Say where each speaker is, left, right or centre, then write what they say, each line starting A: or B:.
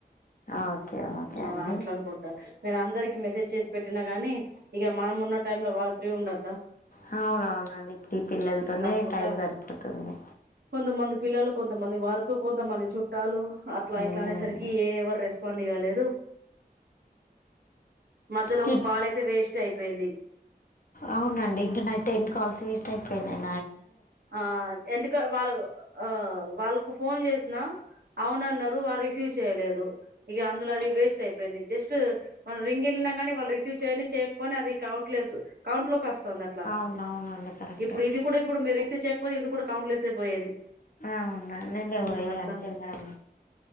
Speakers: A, on the left; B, on the right.
A: ఓకే ఓకే
B: ఆ
A: అండి
B: అట్లా అనుకుంటా నేనందరిక్ మెసేజ్ చేసి పెట్టినా గాని ఇగ మనం ఉన్న టైమ్ లో వాళ్ళు ఫ్రీ ఉండోదా
A: హావ్ అవునవునండి ఇప్పుడు ఈ పిల్లలతోనే
B: అనుకుంటా
A: టైం సరిపోతుంది
B: కొంతమంది పిల్లలు కొంతమంది వర్క్ కొంతమంది చుట్టాలు అట్లా
A: ఉమ్
B: ఇట్లా అనేసరికి ఏ ఎవర్ రేస్ పండిగాలేదు మధ్యలో
A: టిప్
B: ఒక కాల్ అయితే వేస్ట్ అయిపోయింది
A: అవునండి ఇంకా నావి టెన్కాల్స్ వేస్ట్ అయిపోయినయి
B: ఆ ఎందుక వాళ్ళ ఆ వాళ్ళకు ఫోన్ చేసిన అవున అన్నారు వారు రిసీవ్ చేయలేదు ఇగా అందులోది అది వేస్ట్ అయిపోయింది జస్ట్ మన రింగ్ కానీ వాళ్ళు రిసీవ్ చేయని చేయకపోని అది కౌంట్ లెస్సు కౌంట్ లో కోస్ వస్తుంది అట్లా
A: అవునవునండి కరెక్టే
B: ఇప్పుడు ఇది కూడా ఇప్పుడు మీరు రిసీవ్ చేయకపోతే ఇది కూడా కౌంట్ లేస్ అయిపోయేది
A: అవునండి నేన్
B: ఉమ్
A: పోయి
B: అట్లా
A: మనం